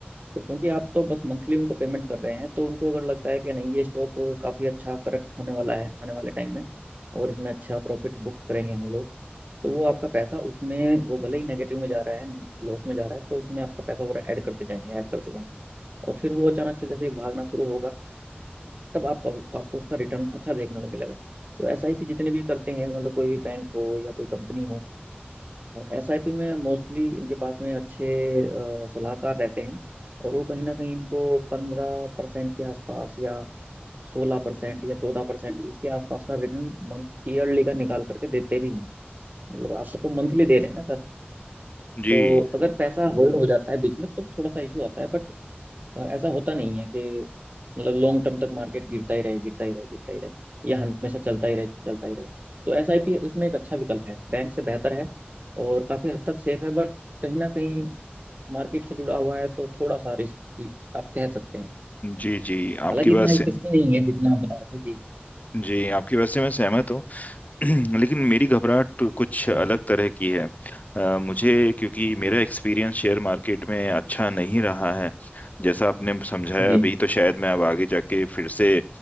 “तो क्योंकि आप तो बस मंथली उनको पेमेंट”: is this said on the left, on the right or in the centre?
Right